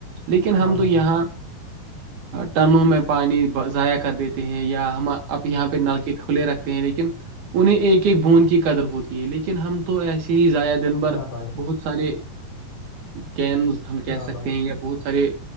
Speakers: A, on the right; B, on the left.
A: لیکن ہم
B: ہاں بھائی
A: تو یہاں ٹنوں میں پانی ضائع کر دیتے ہیں یا ہم اب
B: جان
A: یہاں پہ نل کے کھلے رکھتے ہیں لیکن انہیں ایک ایک بون کی قدر ہوتی ہے لیکن ہم تو ایسے ہی ذایع دن بھر
B: ہاں بھائی ہاں بھائی
A: بہت سارے کینز ہم کہہ
B: ہاں
A: سکتے
B: بھائی
A: ہیں یا بہت سارے